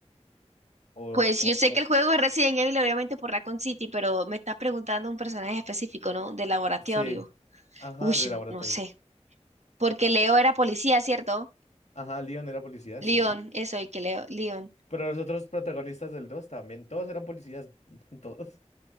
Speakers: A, on the left; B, on the right.
A: O,
B: Pues
A: o-
B: yo sé
A: o-
B: que el juego es Resident Evil, obviamente por Raccoon City, pero me estás preguntando un personaje específico, ¿no? De laboratorio.
A: sí, ajá,
B: Uy,
A: de laboratorio.
B: no sé. Porque Leo era policía, ¿cierto?
A: Ajá, Leon era policía,
B: Leon,
A: sí.
B: eso, y que Leo, Leon.
A: Pero los otros protagonistas del 2 también, todos eran policías, <laughs> todos.